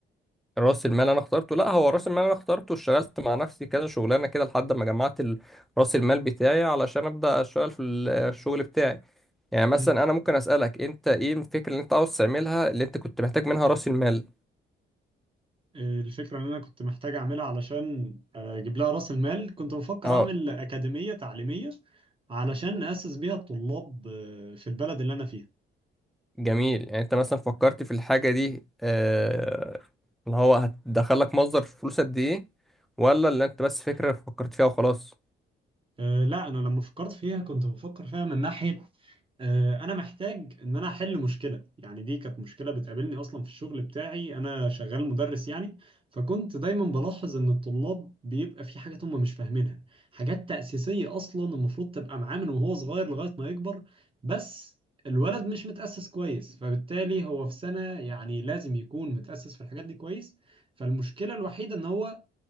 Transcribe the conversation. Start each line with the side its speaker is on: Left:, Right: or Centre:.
Centre: راس المال انا اخترته لا هو راس المال انا اخترته اشتغلت مع نفسي كذا شغلانه كده لحد ما جمعت ال- راس المال بتاعي علشان ابدا اشتغل في ال- الشغل بتاعي يعني مثلا
Right: مم.
Centre: انا ممكن اسالك انت ايه الفكره اللي انت عاوز تعملها اللي انت كنت محتاج منها راس المال
Right: آه، الفكرة ان انا كنت محتاج اعملها علشان آه، اجيب لها راس المال كنت بفكر
Centre: اه
Right: اعمل اكاديمية تعليمية علشان نأسس بيها الطلاب آه، في البلد اللي انا فيها
Centre: جميل يعني انت مثلا فكرت في الحاجة دي آه، اللي هو هتدخلك مصدر فلوس قد ايه ولا اللي انت بس فكرة فكرت فيها وخلاص
Right: آه، لا انا لما فكرت فيها كنت بفكر فيها من ناحية آه، انا محتاج ان انا احل مشكله يعني دي كانت مشكله بتقابلني اصلا في الشغل بتاعي انا شغال مدرس يعني فكنت دايما بلاحظ ان الطلاب بيبقى في حاجات هم مش فاهمينها حاجات تأسيسيه اصلا المفروض تبقى معاه من وهو صغير لغايه ما يكبر بس الولد مش متأسس كويس فبالتالي هو في سنه يعني لازم يكون متأسس في الحاجات دي كويس فالمشكله الوحيده ان هو